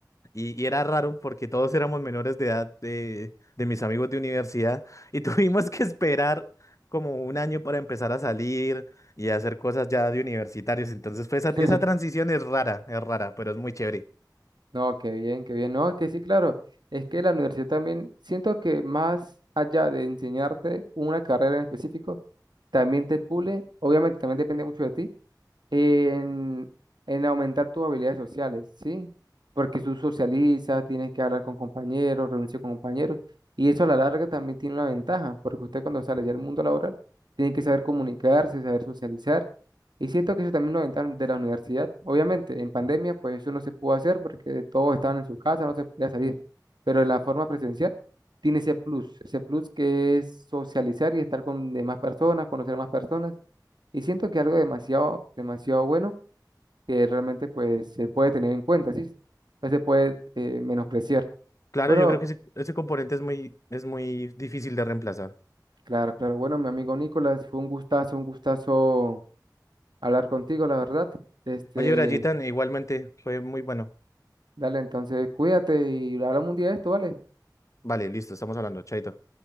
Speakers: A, on the left; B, on the right.
A: Y, y era raro porque todos éramos menores de edad de, de mis amigos de universidad y <laughs> tuvimos que esperar como un año para empezar a salir y a hacer cosas ya de universitarios. Entonces, fue esa,
B: <laughs>
A: esa transición es rara, es rara, pero es muy chévere.
B: No, qué bien, qué bien. No, es que sí, claro. Es que la universidad también, siento que más allá de enseñarte una carrera en específico, también te pule. Obviamente, también depende mucho de ti. en, en aumentar tus habilidades sociales, ¿sí? Porque tú socializas, tienes que hablar con compañeros, reunirse con compañeros, y eso a la larga también tiene una ventaja, porque usted cuando sale ya al mundo laboral, tiene que saber comunicarse, saber socializar, y siento que eso también es una ventaja de la universidad. Obviamente, en pandemia, pues eso no se pudo hacer porque todos estaban en su casa, no se podía salir, pero en la forma presencial tiene ese plus, ese plus que es socializar y estar con demás personas, conocer más personas y siento que algo demasiado, demasiado bueno que realmente pues se puede tener en cuenta, ¿sí? No se puede eh, menospreciar.
A: Claro,
B: Bueno,
A: yo creo que ese, ese componente es muy, es muy difícil de reemplazar.
B: claro, claro. Bueno, mi amigo Nicolás, fue un gustazo, un gustazo hablar contigo, la verdad. Este,
A: Oye, Brayitan, igualmente fue muy bueno.
B: dale, entonces cuídate y hablamos un día de esto, ¿vale?
A: Vale, listo, estamos hablando, chaito.